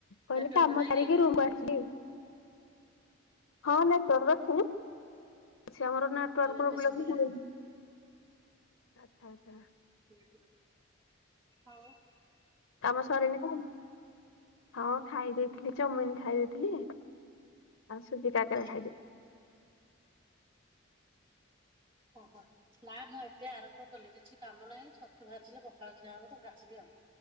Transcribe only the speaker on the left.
କହିଲି
କାମ
ସାରିକି
ରୁମ କୁ ଆସିଲି। ହଁ ନେଟୱର୍କ ଆସୁନି। ଅଛି ଆମର ନେଟ ନେଟୱର୍କ
ପ୍ରୋବ୍ଲେମ
ହୁଏନି। ଅଚ୍ଛା ଆଚ୍ଛା
କାମ ସରିନି ତମର? ହଁ ଖାଇ ଦେଇଥିଲି ଚମିନ ଖାଇ ଦେଇଥିଲି। ଆଉ ସୁଜି କାକେରା
ଖାଇଲି।